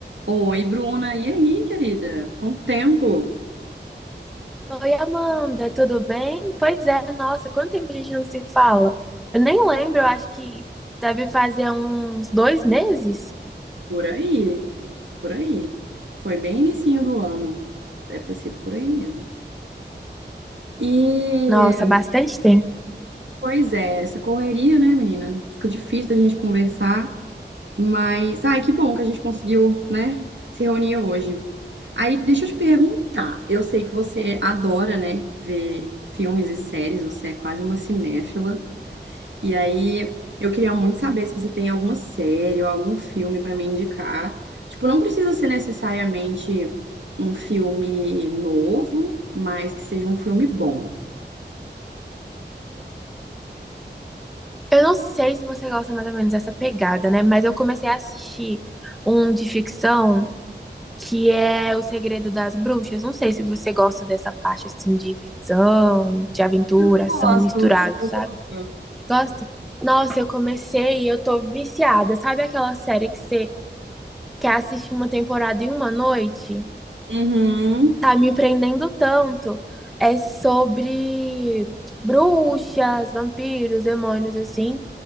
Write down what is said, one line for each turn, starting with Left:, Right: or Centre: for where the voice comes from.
Right: Oi, Bruna, e aí, querida? Quanto tempo?
Centre: Oi, Amanda, tudo bem? Pois é, nossa, quanto tempo a gente não se fala? Eu nem lembro, eu acho que deve fazer uns dois meses.
Right: Por aí, por aí. Foi bem inicinho do ano, deve ter sido por aí mesmo. E,
Centre: Nossa, bastante tempo.
Right: pois é, essa correria, né, menina? Fica difícil da gente conversar, mas, ai, que bom que a gente conseguiu, né, se reunir hoje. Aí, deixa eu te perguntar, eu sei que você adora, né, ver filmes e séries, você é quase uma cinéfila. E aí, eu queria muito saber se você tem alguma série ou algum filme pra me indicar. Tipo, não precisa ser necessariamente um filme novo, mas que seja um filme bom.
Centre: Eu não sei se você gosta mais ou menos dessa pegada, né? Mas eu comecei a assistir um de ficção que é O Segredo das Bruxas. Não sei se você gosta dessa parte assim de ficção, de aventura,
Right: Eu gosto,
Centre: ação misturado,
Right: eu
Centre: sabe?
Right: gosto.
Centre: Gosta? Nossa, eu comecei e eu tô viciada. Sabe aquela série que você que assiste uma temporada em uma noite,
Right: Uhum.
Centre: tá me prendendo tanto. É sobre bruxas, vampiros, demônios, assim.